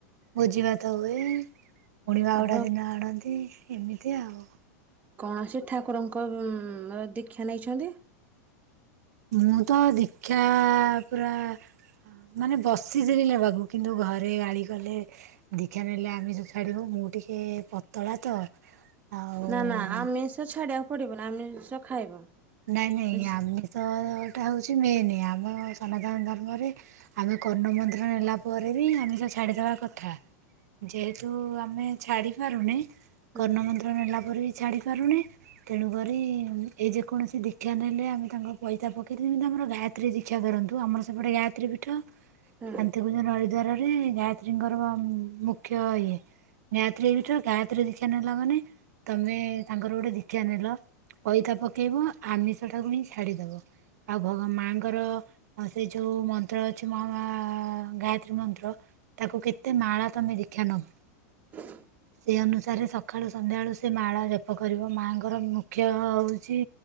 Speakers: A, on the right; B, on the right.
A: ଭୋଜି ଭାତ ହୁଏ। ପୁଣି ବାହୁଡ଼ା
B: ଆପଣ
A: ଦିନ ଆଣନ୍ତି ଏମିତି ଆଉ।
B: କୌଣସି ଠାକୁରଙ୍କ ଦୀକ୍ଷା ନେଇଛନ୍ତି।
A: ମୁଁ ତ ଦୀକ୍ଷା ପୁରା ମାନେ ବସିଥିଲି ନେବାକୁ କିନ୍ତୁ ଘରେ ଗଳି କଲେ। ଦୀକ୍ଷା ନେଲେ ଆମିଶ ଛାଡିବୁ ମୁଁ ଟିକେ ପତଳା ତ ଆଉ
B: ନା ନା ଆମିଷ ଛାଡିବାକୁ ପଡିବନି ଆମିସ ଖାଇବ।
A: ନାଇଁ ନାଇଁ
B: ହଁ
A: ଆମିଷଟା ହଉଛି ମେନ୍ ଆମ ସନାତନ ଧର୍ମରେ। ଆମେ କର୍ଣ୍ଣମନ୍ତ୍ର ନେଲା ପରେ ବି ଆମିସ ଛାଡ଼ିଦେବା କଥା। ଯେହେତୁ ଆମେ ଛାଡି ପାରୁନେ
B: ହୁଁ
A: କର୍ଣ୍ଣମନ୍ତ୍ର ନେଲା ପରେ ବି ଛାଡି଼ ପାରୁନେ ତେଣୁ କରି ଆଇଯେ କୌଣସି ଦୀକ୍ଷା ନେଲେ ଆମେ ତାଙ୍କ ପଇତା ପକେଇଦେଲେ ଯେମିତି ଆମର ଗାୟାତ୍ରୀ ଦୀକ୍ଷା କରନ୍ତୁ ଆମର ସେପଟେ ଗାୟ ଗାକ୍ଷତ୍ରୀ ପୀଠ ଶାନ୍ତିପୂଜନ
B: ହୁଁ
A: ହରିଦ୍ୱାରରେ ଗାୟତ୍ରୀଙ୍କର ମୁଖ୍ୟ ଇଏ। ଗାୟତ୍ରୀ ପୀଠ ଗାୟତ୍ରୀ ଦିକ୍ଷା ନେଲା ମାନେ ତମେ ତାଙ୍କର ଗୋଟେ ଦୀକ୍ଷା ନେଲ ପଇତା ପକେଇବ ଆମିଷଟାକୁ ହିଁ ଛାଡିଦବ। ଆଉ ଭଗ ମାଙ୍କର ସେ ଯୋଉ ମନ୍ତ୍ର ଅଛି ମ ହା ମା ଗାୟତ୍ରୀ ୟତ୍ରୀ ମନ୍ତ୍ର ତାକୁ କେତେ ମାଳା ତମେ ଦିକ୍ଷା ନବ।
B: <unintelligible>
A: ସେହି ଅନୁସାରେ ସଖାଳୁ ସନ୍ଧ୍ୟାବେଳୁ ସେ ମାଳ ଜପ କରିବ ମାଆଙ୍କର ମୁଖ୍ୟ ହେଉଛି।